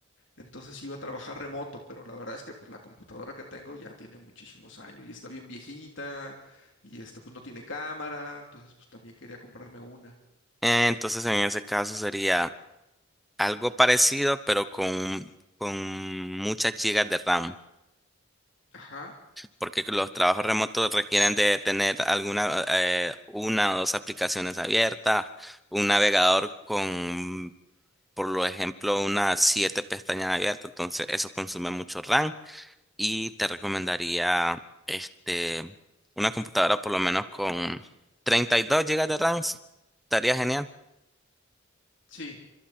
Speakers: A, on the left; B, in the centre.
A: Entonces iba a trabajar remoto, pero la verdad es que pues la computadora que tengo ya tiene muchísimos años y está bien viejita y este pues no tiene cámara, entonces pues también quería comprarme una.
B: Eh, entonces en ese caso sería algo parecido, pero con, con muchas gigas de RAM,
A: Ajá,
B: porque los trabajos remotos requieren de tener alguna, eh, una o dos aplicaciones abiertas, un navegador con por lo ejemplo, unas siete pestañas abiertas, entonces eso consume mucho RAM y te recomendaría este, una computadora por lo menos con 32 gigas de RAM, estaría genial.
A: sí.